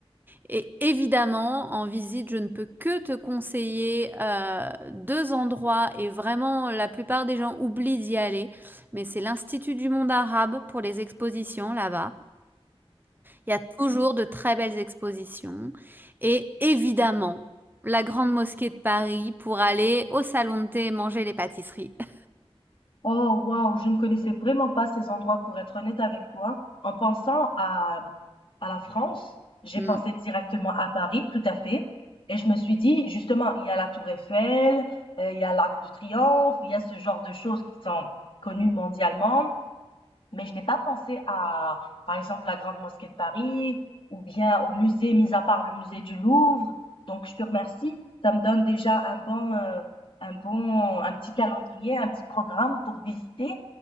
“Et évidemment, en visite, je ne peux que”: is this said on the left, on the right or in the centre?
Right